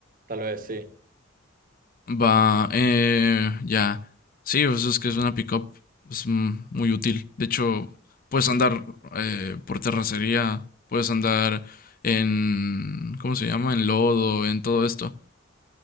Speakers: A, on the right; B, on the left.
A: Tal vez sí.
B: Va, eh, ya. Sí, pues es que es una pickup pues, mm, muy útil. De hecho, puedes andar eh, por terracería, puedes andar en, ¿cómo se llama? En lodo, en todo esto.